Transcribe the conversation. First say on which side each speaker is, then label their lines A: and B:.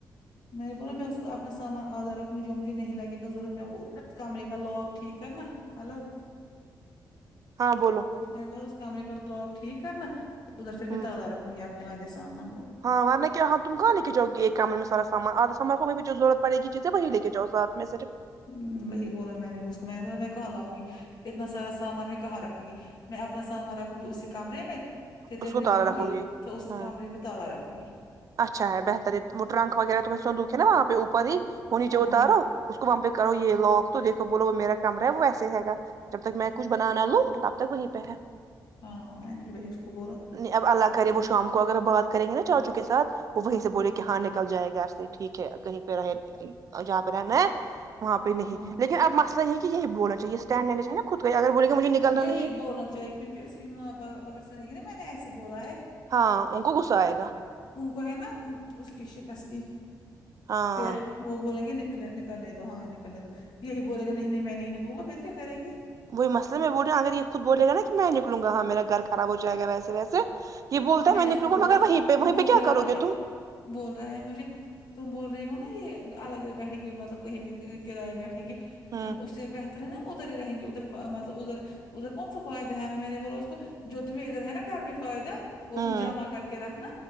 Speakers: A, on the left (about 70°); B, on the right (about 50°).
A: میں نے بولا میں اس کو اپنا سامان آداھا رکھوں گی جو مجھے نہیں لگے گاضرورت میں وہ کمرے کا لاک ٹھیک کرنا ہلو
B: ہاں بولو
A: میں نے بولا اس کمرے کا لاک ٹھیک کرنا ادھر پھر
B: ہوں
A: میں تالا رکھوں گی اپنے آدھے سامان کو
B: ہاں ورنہ کیا ہاں تم کہاں لے کے جاوگی ایک کمرے میں سارا سامان آدھا سامان کو وہیں پے جو ضرورت پڑ گی جیسے وہ لے لے کے جاؤ ساتھ میں سے جب
A: ہوں وہی بولا میں نے بھی اس کو میں نے بولا میں کہا لآؤں گی اتنا سارا سامان میں کہاں رکھوں گی میں اپنا سامان رکھوں گی اسی کمرے میں پھر
B: اس
A: جب
B: کو
A: نکلوں
B: تالا رکھوں
A: گی تو اس
B: ہوں
A: کمرے میں تالا رکھوں گی
B: اچھا ہے بہتر ہے وہ ٹرنک وغیرہ تمہارا صندوق ہے نا وہاں پہ اوپر ہی وہ نیچے
A: ہاں
B: اتارو اس کو وہاں پہ کرو یہ لاک تو دیکھو بولو وہ میرا کمرہ ہے وہ ایسے رہے گا جب تک میں کچھ بنا نہ لوں تب تک وہیں پہ ہے
A: ہاں مینے بھی وہی اس کو بولا
B: نہیں اب اللہ
A: وہ
B: کرے
A: پورا
B: شام کو اگر بات کریں گے نا چاچو کے ساتھ وہ وہیں سے بولے کہ ہاں نکل جائے گھر سے ٹھیک ہے کہیں پہ رہے جہاں پہ رہنا ہے وہاں پہ نہیں
A: ہاں
B: لیکن اب مسئلہ یہ یہ بولنا چاہیے اسٹینڈ لی چاہے خود کا اگر بولے کہ مجھے نکلنا
A: یہی
B: نہیں ہے
A: بولنا چاہیے کیونکہ اس کی ماں باپ اگر سنیں گی نا میں نے ایسے بولا ہے
B: ہاں ان کو غصہ آئے گا
A: ان کو ہے نا اس کی شکست کی
B: ہاں
A: ت وہ بولیں گے نکل نکلنے دو ہاں نکلنے دو یہی بولے گا نہیں نہیں میں نہیں نکلوں گا پھر کیا کریں گے
B: وہی مسئلہ میں بول رہ اگر یہ خود بولے گا کہ میں نکلوگا ہاں میرا گھر خراب ہو جائے گا وسے ویسے یہ بولتا ہے میں
A: نے اس
B: نکلوں
A: کو
B: گا
A: بولا
B: مگر وہیں پہ
A: تم
B: وہیں
A: بول
B: پہ کیا
A: رہے
B: کرو
A: ہو نا
B: گے
A: مطلب
B: تم
A: بول رہا ہے مجھے تم بول رہی ہو نا یہ الگ بیٹھیں گے مطلب کہیں پہ کرائے بیٹھیں گے
B: ہوں
A: اس سے بہتر ہے نا ہم ادھر ہی رہیں گے ادھر مطلب ادھر ادھر کون سا فائدہ ہے میں نے بولو اس کو جو تمہں ادھر ہے نا گھر میں فائدہ وہ
B: ہوں
A: تم جمع کر کے رکھنا